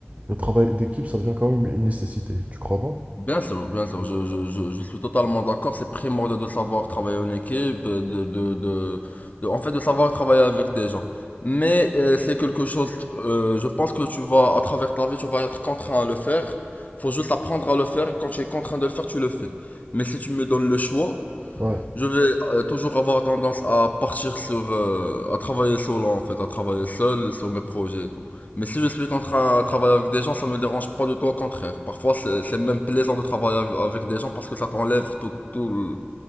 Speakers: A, on the right; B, on the left.
A: le travail d'équipe, ça devient quand même une nécessité, tu crois pas?
B: Bien sûr, bien sûr, je, je, je, je suis totalement d'accord. C'est primordial de savoir travailler en équipe, euh, de, de, de, de- en fait, de savoir travailler avec des gens. Mais euh, c'est quelque chose, euh, je pense que tu vas, à travers ta vie, tu vas être contraint à le faire. Faut juste apprendre à le faire. Quand tu es contraint de le faire, tu le fais. Mais si tu me donnes le choix,
A: Ouais.
B: je vais euh, toujours avoir tendance à partir sur, euh, à travailler solo en fait, à travailler seul sur mes projets et tout. Mais si je suis contre à travailler avec des gens, ça me dérange pas du tout, au contraire. Parfois, c'est c'est même plaisant de travailler av- avec des gens parce que ça t'enlève tout, tout, le-